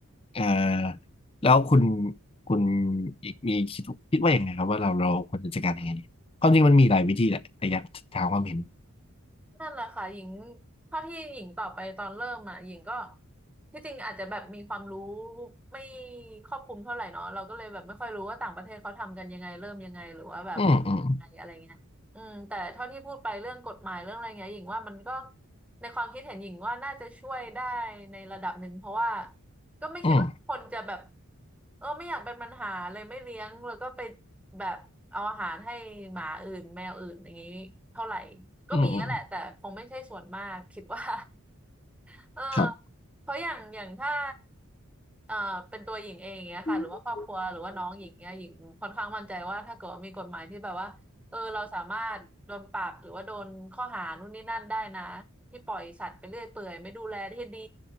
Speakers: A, on the left; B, in the centre.
A: เอ่อแล้วคุณคุณอีกมีคิดคิดว่าอย่างไงครับว่าเราเราควรจะจัดการยังไงดีความจริงมันมีหลายวิธีแหละแต่อยากถามความเห็น
B: นั่นแหละค่ะหญิงเท่าที่หญิงตอบไปตอนเริ่มอ่ะหญิงก็ที่จริงอาจจะแบบมีความรู้ไม่ครอบคลุมเท่าไหร่เนาะเราก็เลยแบบไม่ค่อยรู้ว่าต่างประเทศเขาทำกันยังไงเริ่มยังไงหรือว่าแบบ
A: อืมอืม
B: อะไรอะไรเงี้ยอืมแต่เท่าที่พูดไปเรื่องกฎหมายเรื่องอะไรเงี้ยหญิงว่ามันก็ในความคิดเห็นหญิงว่าน่าจะช่วยได้ในระดับหนึ่งเพราะว่า ก็ไม่คิดว่าคนจะแบบ
A: อืม
B: เออไม่อยากเป็นปัญหาเลยไม่เลี้ยงแล้วก็ไปแบบเอาอาหารให้หมาอื่นแมวอื่นอย่างนี้เท่าไหร่ก็มีนั่นแหละแต่คงไม่ใช่ส่วนมากคิดว่า
A: อืมอืม
B: <laughs> เออ
A: ครับ
B: เพราะอย่างอย่างถ้าเอ่อเป็นตัวหญิงเองเนี้ยค่ะหรือว่าครอบครัวหรือว่าน้องหญิงเนี้ยหญิงค่อนข้างมั่นใจว่าถ้าเกิดว่ามีกฎหมายที่แบบว่า
A: อืม
B: เออเราสามารถโดนปรับหรือว่าโดนข้อหานู่นนี่นั่นได้นะที่ปล่อยสัตว์ไปเรื่อยเปื่อยไม่ดูแลที่ดี